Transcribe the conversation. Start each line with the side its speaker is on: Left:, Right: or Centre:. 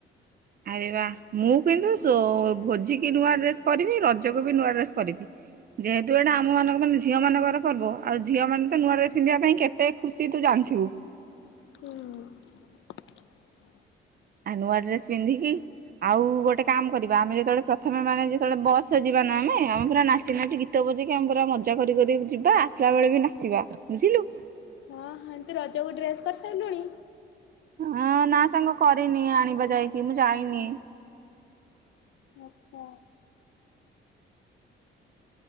Right: ଆରେ ବା ମୁଁ କିନ୍ତୁ ସୋ ଭୋଜିିକି ନୂଆ ଡ୍ରେସ କରିବି ରଜକୁ ବି ନୂଆ ଡ୍ରେସ କରିବି ଯେହେତୁ ଏଟା ଆମମାନଙ୍କ ମାନେ ଝିଅମାନଙ୍କର ପର୍ବ ଆଉ ଝିଅମାନେ ତ ନୂଆ ଡ୍ରେସ ପିନ୍ଧିବା ପାଇଁ କେତେ ଖୁସି ତୁ ଜାଣିଥିବୁ।
Left: ହୁଁ।
Right: ଆ ନୂଆ ଡ୍ରେସ୍ ପିନ୍ଧିକି ଆଉ ଗୋଟେ କାମ କରିବା ଆମେ ଯେତୋଳେ ପ୍ରଥମେ ମାନେ ଯେତୋଳେ ବସରେ ଯିବା ନାଁ ଆମେ ଆମେ ପୁରା ନାଚି ନାଚି ଗୀତ ବଜେଇକି ଆମେ ପୁରା ମଜା କରିି କରି ଯିବା ଆସିଲା ବେଳେ ବି ନାଚିବା। ବୁଝିଲୁ।
Left: ହଁ ହଁ। ତୁ ରଜକୁ ଡ୍ରେସ୍ କରିସାଇଲୁଣି?
Right: ହଁ ନାଁ ସାଙ୍ଗ କରିନି ଆଣିବା ଯାଇକି ମୁଁ ଯାଇନି।
Left: ଆଚ୍ଛା।